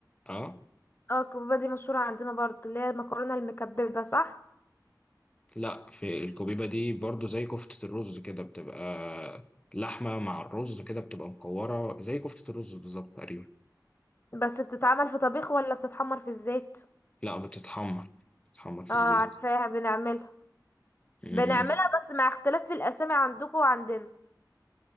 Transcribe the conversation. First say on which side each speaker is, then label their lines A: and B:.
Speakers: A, on the left; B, on the left.
A: اه
B: اه الكبيبه دي مشهوره عندنا برضو اللي هي المكرونه المكببه صح
A: لا في الكوبيبة دي برضه زي كفتة الرز كده بتبقى لحمة مع الرز كده بتبقى مكورة زي كفتة الرز بالظبط تقريبا
B: بس بتتعمل في طبيخ ولا بتتحمر في الزيت
A: لا بتتحمر بتتحمر في
B: اه
A: الزيت
B: عارفاها بنعملها
A: امم
B: بنعملها بس مع اختلاف الاسامي عندكم وعندنا